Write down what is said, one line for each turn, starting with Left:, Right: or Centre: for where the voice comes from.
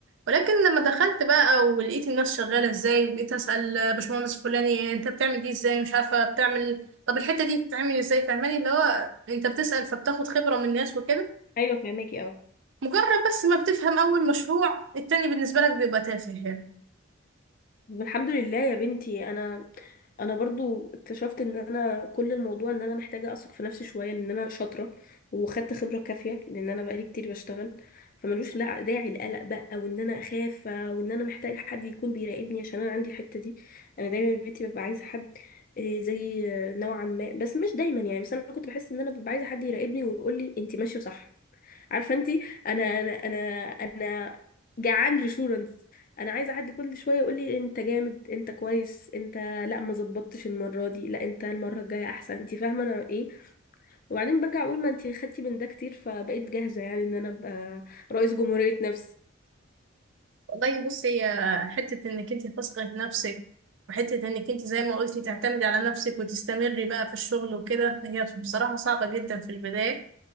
Right: ولكن لما دخلت بقى ولقيت الناس شغاله ازاي وبقيت اسال باشمهندس فلاني انت بتعمل دي ازاي مش عارفه بتعمل طب الحته دي بتتعمل ازاي فاهماني اللي هو انت بتسال فبتاخد خبره من الناس وكده
Left: ايوه فهماكي اه
Right: مجرد بس ما بتفهم اول مشروع التاني بالنسبه لك بيبقى تافه يعني
Left: طب الحمد لله يا بنتي انا انا برضو اكتشفت ان انا كل الموضوع ان انا محتاجه اثق في نفسي شويه لان انا شاطره وخدت خبره كافيه لان انا بقالي كتير بشتغل فملوش لا داعي القلق بقى وان انا اخاف وان انا محتاجه حد يكون بيراقبني عشان انا عندي الحته دي انا دايما بيتي ببقى عايزه حد آه، زي آه، نوعا ما بس مش دايما يعني بس انا كنت بحس ان انا ببقى عايزه حد يراقبني ويقول لي انت ماشيه صح عارفه انت انا انا انا انا جعان ريشورنس انا عايزه حد كل شويه يقول لي انت جامد انت كويس انت لا ما ظبطتش المره دي لا انت المره الجايه احسن انت فاهمه انا ايه وبعدين برجع اقول ما انت خدتي من ده كتير فبقيت جاهزه يعني ان انا ابقى رئيس جمهوريه نفسي
Right: والله بصي هي حتة انك انت تثقي في نفسك وحتة انك انت زي ما قلتي تعتمدي على نفسك وتستمري بقى في الشغل وكده هي بصراحة صعبة جدا في البداية